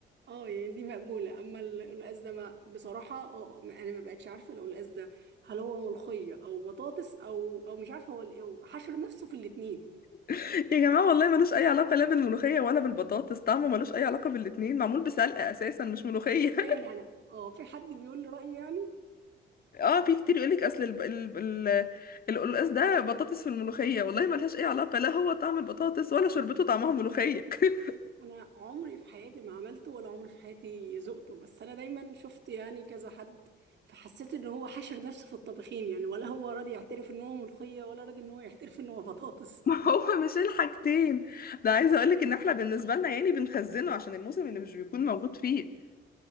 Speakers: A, on the right (about 60°); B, on the left (about 50°).
A: اه يعني دي مقبولة اما القلقاس ده ما بصراحة اه انا ما بقتش عارفة لو القلقاس ده هل هو ملوخية او بطاطس او او مش عارفة هو ال- هو حشر نفسه في الاتنين
B: <laughs> يا جماعه والله ملوش اي علاقه لا بالملوخيه ولا بالبطاطس طعمه ملوش اي علاقه بالاتنين معمول بسلقه اساسا مش ملوخيه
A: لا
B: <laughs>
A: يعني اه في حد بيقول لي رأيي يعني
B: اه في كتير يقولك اصل الب... ال... ال... القلقاس ده بطاطس في الملوخيه والله ملهاش اي علاقه لا هو طعم البطاطس ولا شربته طعمها ملوخيه <laughs>
A: انا عمري في حياتي ما عملته ولا عمري في حياتي ذقته بس انا دايما شفت يعني كذا حد فحسيت ان هو حشر نفسه في الطبخين يعني ولا هو راضي يعترف ان هو ملوخية ولا راضي ان هو يعترف ان هو بطاطس
B: ما هو مش الحاجتين ده عايزه اقولك ان احنا بالنسبه لنا يعني بنخزنه عشان الموسم اللي مش بيكون موجود فيه